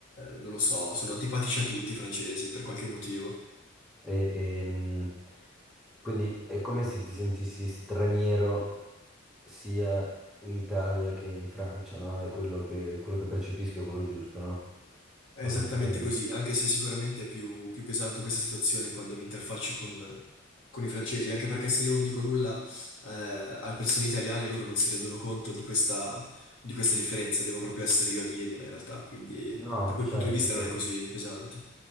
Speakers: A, on the left; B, in the centre.
A: non lo so, sono antipatici a tutti i francesi per qualche motivo.
B: E- ehm, quindi è come se ti sentissi straniero sia in Italia che in Francia, no? È quello che, quello che percepisco è quello giusto, no?
A: È
B: Ho
A: esattamente
B: capito bene?
A: così, anche se sicuramente è più, più pesante questa situazione quando mi interfaccio con, con i francesi, anche perché se io non dico nulla eh, alle persone italiane loro non si rendono conto di questa, di questa differenza, devo proprio essere io a dirgliela in realtà, quindi
B: No,
A: da quel
B: certo,
A: punto di vista
B: certo.
A: non è così pesante.